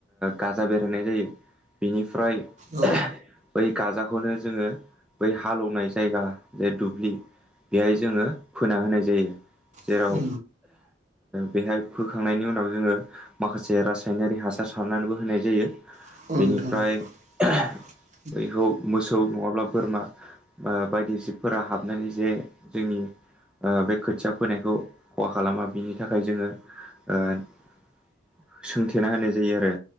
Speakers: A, in the centre; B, on the right.
A: गाजा बेरहोनाय जायो नंगौ सैथो। बिनिफ्राय जों
B: औ
A: बेखौ दुब्लियाव फोनानै लानाय जायो। बै गाजाखौनो जोङो बै हालेवनाय जायगा जे दुब्लि बेयाव फोनाय जायो। बेहाय जोङो फोना होनाय जायो नंगौ सैथो थारैनो। जेराव
B: औ औ
A: बेहाय फोखांनायनि उनाव जोङो माखासे रासायनारि हासार फोरखौ बाहायनाय जायो। सारनानैबो होनाय जायो
B: नोंथां
A: बेनिफ्राय जों मोजां आबाद जानायखौ
B: <inaudible>
A: नुनो मोनो। बैखौ मोसौ नङाब्ला बोरमा बायदि जिबफोरा हाबनानै जे जोंनि आबादखौ जानो हायैनि थाखाय बेरा‌ होननाय जायो। बे खोथिया फोनायखौ खहा खालामा बिनि थाखाय जोङो बेरा थुमनानै होनाय जायो। सोंथेना होनाय जायो आरो